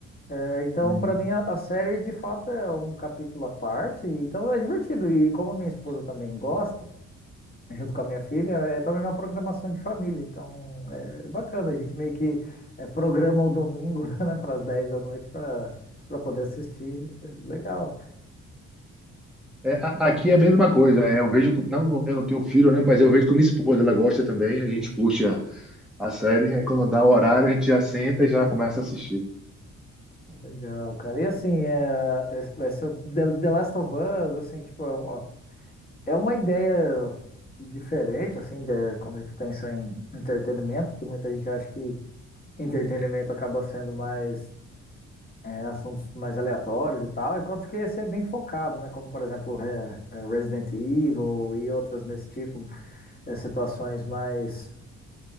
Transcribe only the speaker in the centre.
Uhum.
É, a- aqui é a mesma coisa. é, Eu vejo, com- não, eu não tenho filho, né? Mas eu vejo com minha esposa, ela gosta também. A gente
curte a, a série. Aí quando dá o horário, a gente já senta e já começa a assistir.